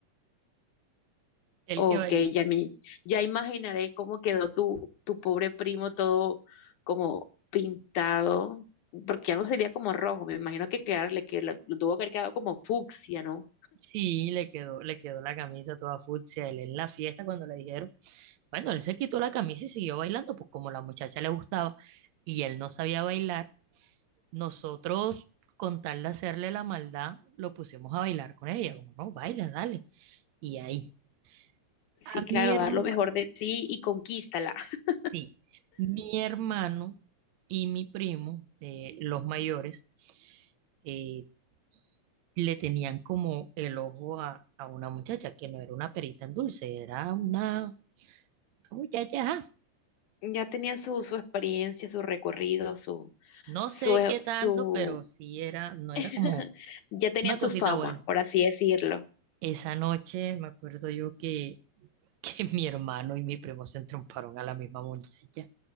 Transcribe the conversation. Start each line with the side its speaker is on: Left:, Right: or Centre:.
Right: El
Left: o
Right: que bailó,
Left: que ya me, ya imaginaré cómo quedó tu, tu pobre primo todo como pintado, porque ya no sería como rojo, me imagino que quedarle, que lo, lo tuvo que haber quedado como fucsia, ¿no?
Right: sí, le quedó, le quedó la camisa toda fucsia. Él en la fiesta cuando le dijeron, bueno, él se quitó la camisa y siguió bailando, pues como la muchacha le gustaba y él no sabía bailar, Nosotros, con tal de hacerle la maldad, lo pusimos a bailar con ella, como no, baila, dale. Y ahí,
Left: Sí,
Right: a
Left: claro,
Right: mi hermano,
Left: dar lo mejor de ti y conquístala. <laughs>
Right: sí, mi hermano y mi primo, eh, los mayores, eh, le tenían como el ojo a, a una muchacha que no era una perita en dulce, era una muchacha, ajá.
Left: Ya tenía su, su experiencia, su recorrido, su,
Right: No
Left: su,
Right: sé qué tanto,
Left: su
Right: pero sí era, no era
Left: <laughs>
Right: como
Left: Ya tenía
Right: una
Left: su
Right: cosita
Left: fama,
Right: buena.
Left: por así decirlo.
Right: Esa noche me acuerdo yo que <laughs> que mi hermano y mi primo se entromparon a la misma muchacha.